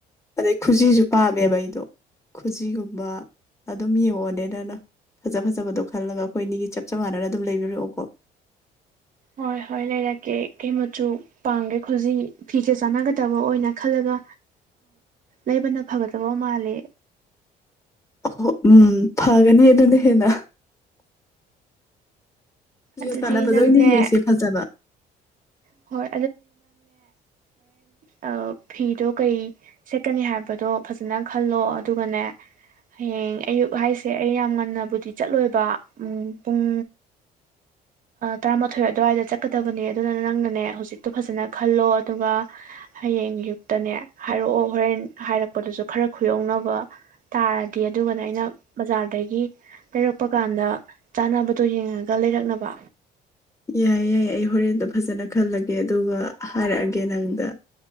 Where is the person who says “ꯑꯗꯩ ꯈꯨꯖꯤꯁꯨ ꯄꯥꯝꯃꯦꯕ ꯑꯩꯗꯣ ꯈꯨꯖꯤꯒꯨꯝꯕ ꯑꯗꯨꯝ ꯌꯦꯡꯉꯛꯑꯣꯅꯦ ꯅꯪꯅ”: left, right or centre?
Left